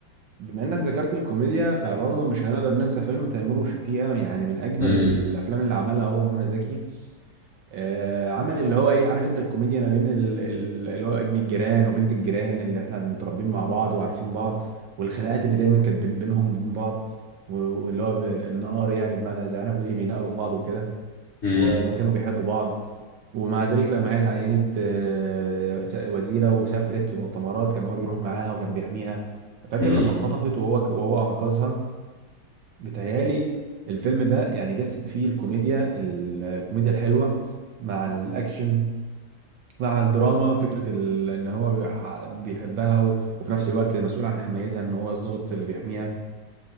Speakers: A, on the right; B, on the left.
A: بما انك ذكرت الكوميديا فبرضه مش هنقدر ننسى فيلم تيمور وشفيقة يعني من اجمد
B: امم
A: الافلام اللي عملها هو ومنى زكي آه عمل اللي هو ايه عارف انت الكوميديا ما بين ال- ال- اللي هو ابن الجيران وبنت الجيران اللي احنا بنتربين مع بعض وعارفين بعض والخناقات اللي دايما كانت بين- بينهم وبين بعض و- واللي هو ب- النقار يعني بمعنى زي ما احنا بنقول ايه بينقروا في بعض وكده
B: امم
A: و- وكانوا بيحبوا بعض ومع ذلك لما هي اتعينت آه، س- وزيرة وسافرت في مؤتمرات كان هو بيروح معاها وكان بيحميها فاكر
B: امم
A: لما اتخطفت وهو وهو أنقذها بتهيالي الفيلم ده يعني جسد فيه الكوميديا ال- الكوميديا الحلوة مع الأكشن مع الدراما فكرة ال- إن هو بيح- بيحبها و- وفي نفس الوقت مسؤول عن حمايتها إن هو الضابط اللي بيحميها